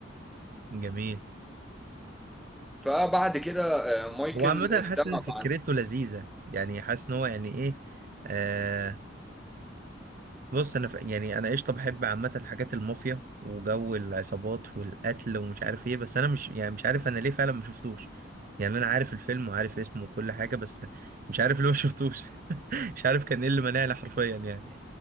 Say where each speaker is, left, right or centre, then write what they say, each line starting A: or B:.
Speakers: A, on the right (about 45°); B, in the centre.
A: جميل
B: فبعد كده آه، مايكل
A: هو عامة
B: اجتمع
A: حاسس ان فكرته
B: مع
A: لذيذة يعني حاسس ان هو يعني ايه آه، بص انا ف... يعني انا قشطه بحب عامه حاجات المافيا وجو العصابات والقتل ومش عارف ايه بس انا مش يعني مش عارف انا ليه فعلا ما شفتوش يعني انا عارف الفيلم وعارف اسمه وكل حاجه بس مش عارف ليه ما شفتوش <laughs> مش عارف كان ايه اللي منعني حرفيا يعني